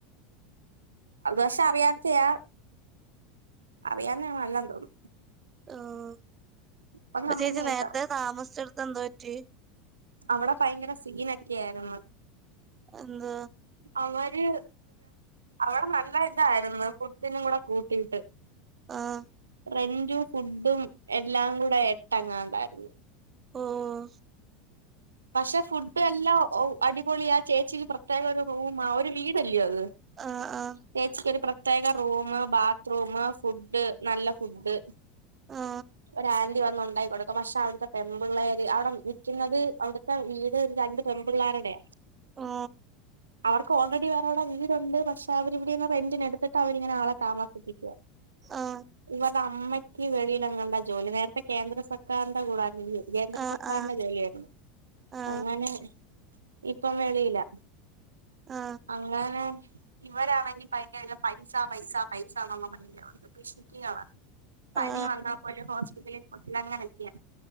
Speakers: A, on the right (about 75°); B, on the right (about 30°).
A: അത് വക്ഷെ അറിയാത്തെയാ അറിയാന്നെ നല്ല തോന്നുന്നു
B: ആഹ്
A: അപ്പൊ
B: ഇപ്പൊ
A: കമ്പനി
B: ചേച്ചി
A: ആയിട്ടാ
B: നേരത്തെ താമസിച്ചെടുത്ത് എന്തോ പറ്റി
A: അവിടെ ഭയങ്കര സീൻക്കെയായിരുന്നു
B: എന്ത്‌
A: അവര് അവിടെ നല്ല ഇതായിരുന്നു ഫുഡിനും കൂടെ കൂട്ടിയിട്ട്
B: ആഹ്
A: റെന്റും ഫുഡും എല്ലാം കൂടെ എട്ടങ്ങാതായിരുന്നു
B: ഓഹ്
A: പക്ഷെ ഫുഡ് എല്ലാം അടിപൊളി ആ ചേച്ചിക്ക് പ്രത്യേക ഒരു റൂം ആഹ് ഒരു വീടല്ലയോ അത്
B: ആഹ് ആഹ്
A: ചേച്ചിക്കരു പ്രത്യേക റൂം ബാത്റൂം ഫുഡ് നല്ല ഫുഡ്
B: ആ
A: ഒര ആന്റി വന്ന് ഉണ്ടാക്കികൊടുക്കും പക്ഷെ അവ്ട്ത്തെ പെൺമ്പിള്ളേര് അവടെ നിക്കുന്നത് അവ്ട് പ്പ ഈടെ രണ്ട് പെൺപിള്ളേരുടെ
B: ഓ
A: അവർക്ക് ഓൾറെഡി വേറെ വടെ വീടുണ്ട് പക്ഷ അവരിവിടെ റെന്റിന് എടുത്തിട്ട് അവരിങ്ങനെ ആളെ താമസിപ്പിക്കാ.
B: ആ
A: ഇവർ അമ്മയ്ക്ക് വെളീലങ്ങാണ്ടാ ജോലി നേര്ത്തെ കേന്ദ്ര സർക്കാറ്ന്റെ കൂടായിര്ന്നു ജോ കേന്ദ്ര
B: ആ
A: സർക്കാർന്റെ
B: ആ
A: ജോലിയായിരുന്നു.
B: ആ
A: അങ്ങനെ ഇപ്പം വെളീലാ
B: ആ
A: അങ്ങനെ ഇവരാണെങ്കി ഭയങ്കര പൈസാ പൈസാ പൈസാ <unintelligible> പിഷുക്കികളാ പനി
B: ആ
A: വന്നാ പോലു ഹോസ്പിറ്റലിൽ <unintelligible> ങ്ങനക്യാ.